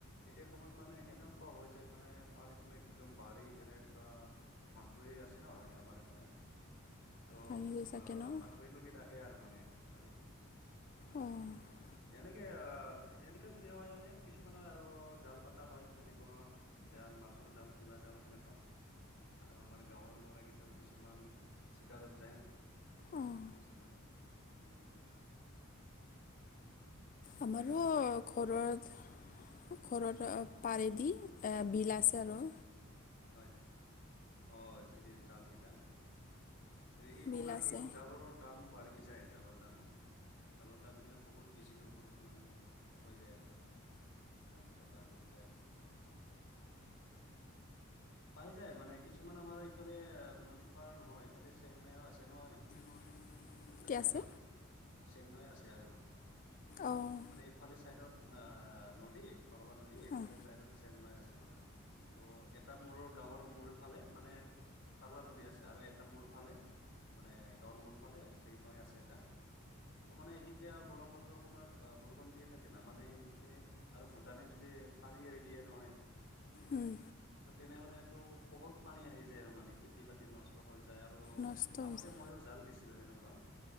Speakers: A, on the left; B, on the left.
A: এতিয়া সময়ত মানে সেনেকুৱা হৈ যায় মানে। মান পানীতটো একদম বাঢ়ি কেনে পুৰা মাথৰি আছে নহ আমাৰ ফালে, ত'
B: ভাঙি যায় চাগে ন
A: মথৰিৰ লৈকে আহে আৰু মানে পানীটো।
B: অ',
A: এনেক এয়া এনেকা যদি হয় আৰু কিছুমানৰ আৰু জাল পাতা হয়। যেনে অ জাল মাছৰ জাল কিবা জাল সেনেকুৱা। আৰু আমাৰ গাঁৱৰ ল'ৰাকেইটাও কিছুমান চিকাৰত যায়।
B: অ',
A: কিছুমানে উম।
B: আমাৰো
A: আৰু
B: ঘৰৰত
A: কি
B: ঘৰৰ
A: হয় হয়
B: পাৰেদি। বিল আছে আৰু।
A: হয় হয় অ জাল কেইটা সি
B: বিল
A: সময়ত
B: আছে
A: বহুত জালৰ দাম বাঢ়ি যায় জালৰ দাম। জালৰ দামগিলা বহুত বেছিকৈ ওপৰত মানে হৈ যায় আৰু মানে দাম বিলাক বাঢ়ি যায়। পাই যায়, মানে কিছুমান আমাৰ ইফালে নদী পাৰ নহয়। ইফালে চেংনাইও আছে নহয়।
B: <inaudible>
A: এইফালে ছাইডত
B: আছে
A: চেংনৈ আছে আৰু
B: অ',
A: মানে ইফালে ছাইডত অ নদী পাগলা নদী এইফালে
B: অ',
A: চাইদত চেংনাই আছে মানে। ত এট- এটা মূৰৰ গাঁৱৰ মূৰ ফালে মানে পাগলা নদী আছে আৰু এটা মূৰ ফালে মানে গাঁৱৰ মূৰ ফালে চেং নৈ আছে এটা, ত' মানে এতিয়া গৰমত ৰ সময়ত বৰষুণ দিয়ে থাকে না, মানে সেইখিনিত আৰু ভূটানে যদি পানী এৰি দিয়ে নহয়।
B: উম।
A: ত' তেনেহলেটো বহুত পানী আহি যায় আৰু মানে খেতি বাতি নষ্ট হৈ যায়। যাই আৰু
B: নষ্ট হৈছে
A: আগতে মইয়ো জাল দিছিলো সেনেকোৱা।